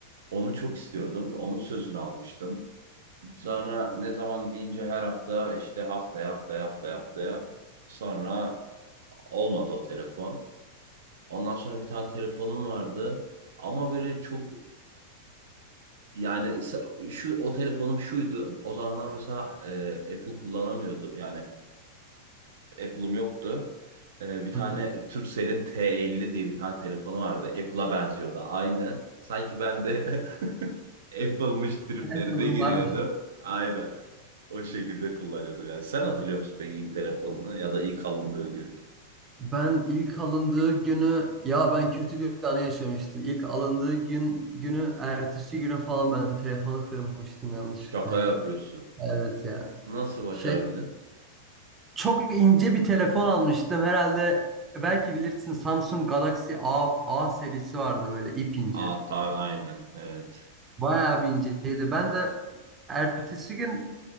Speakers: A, on the right; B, on the right.
A: Onu çok istiyordum. Onun sözünü almıştım. Sonra ne zaman deyince her hafta işte haftaya haftaya haftaya haftaya sonra olmadı o telefon. Ondan sonra bir tane telefonum vardı ama böyle çok yani sa- şu o telefonum şuydu. O zamanlar mesela e, Apple kullanamıyordu yani Apple'ım yoktu. E, bir tane
B: Hı hı.
A: Turkcell'in T50 diye bir tane telefonu vardı. Apple'a benziyordu aynı. Sanki ben de <laughs> Apple'mış triplerine
B: Evet, uygun
A: giriyordu.
B: varmış.
A: Aynen. O şekilde kullanıyorduk yani. Sen hatırlıyor musun peki ilk telefonunu ya da ilk alındığı gün?
B: Ben ilk alındığı günü ya ben kötü bir anı yaşamıştım. İlk alındığı gün günü ertesi güne falan ben telefonu kırmıştım yanlışlıkla
A: Şaka
B: ya.
A: yapıyorsun.
B: Evet ya.
A: Nasıl başarabildin?
B: Şey çok ince bir telefon almıştım herhalde. e, Belki bilirsin Samsung Galaxy A, A serisi vardı böyle ip ince.
A: Aa tabii aynen. Evet.
B: Bayağı bir inceydi. Ben de ertesi gün